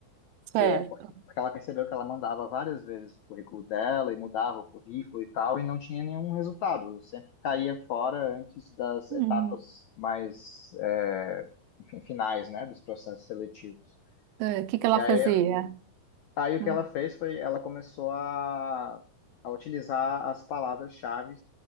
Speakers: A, on the right (about 85°); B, on the left (about 75°).
A: Certo.
B: Que é porque, porque ela percebeu que ela mandava várias vezes o currículo dela e mudava o currículo e tal, e não tinha nenhum resultado. Sempre caía fora antes das
A: Uhum.
B: etapas mais, é, enfim, finais, né, dos processos seletivos.
A: É, O que que ela
B: E aí
A: fazia?
B: Aí o
A: Hum.
B: que ela fez foi, ela começou a, a utilizar as palavras-chave